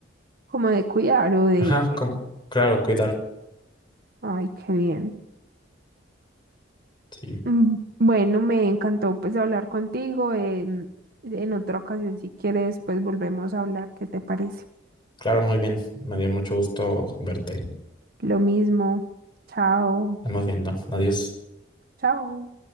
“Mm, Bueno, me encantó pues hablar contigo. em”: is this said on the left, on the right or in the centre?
Right